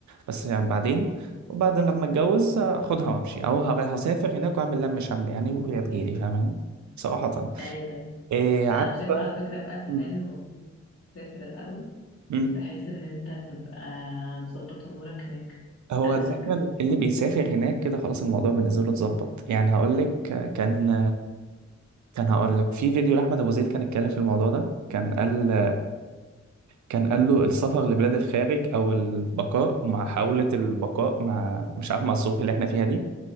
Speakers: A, on the right; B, on the left.
A: بس يعني بعدين وبعدين لما اتجوز هاخدها وامشي او ه- هسافر هناك واعمل لم شمل يعني وهي تجيلي فاهماني صراحه
B: ايوه ايوه
A: إيه
B: لا
A: عارفه
B: انا شايفه على فكره بقى كمان
A: م-
B: المفروض تسافر الاول
A: م.
B: بحيث ان انت تبقى مظبط امورك هناك
A: هو
B: قبل
A: الفكره
B: ما تتجوز
A: اللي بيسافر هناك كده خلاص الموضوع بالنسبه له اتظبط يعني هقول لك كان كان هقول لك في فيديو لاحمد ابو زيد كان اتكلم في الموضوع ده كان قال كان قال له السفر لبلاد الخارج او البقاء ومع محاوله البقاء مع مش عارف مع الظروف اللي احنا فيها دي